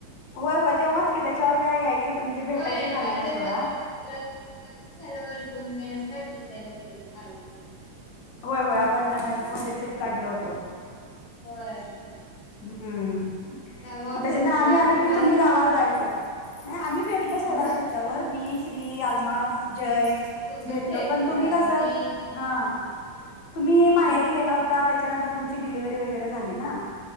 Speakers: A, on the left; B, on the left.
A: होय होय तेव्हाच की त्याच्यावर काय यायचं म्हणजे
B: होय
A: भेटायचं झालं
B: माझं
A: नाही सोडा.
B: लग्न लग्न लग्न झाल्यावर दोन महिन्या काय तीन महिन तिथे आई
A: होय होय आपण वन डे ट्रीप काढलो होतो.
B: होय.
A: हम्म.
B: तवा
A: मग त्याच्यानंतर
B: भेटलो
A: आम्ही
B: आणि
A: आलो की
B: परत
A: तुम्ही गावाला जायचं. नाही आम्ही भेटल सोडा
B: हो
A: त्याच्यावर मी, श्री, अलमा, जय.
B: तुम्ही
A: भेटलो
B: भेटला
A: पण तुम्ही कस
B: मी
A: हा. तुम्ही
B: मी
A: माहेरी
B: आलो नाही.
A: गेला होता त्याच्यानंतर तुमची डिलिव्हरी वगैरे झाली ना.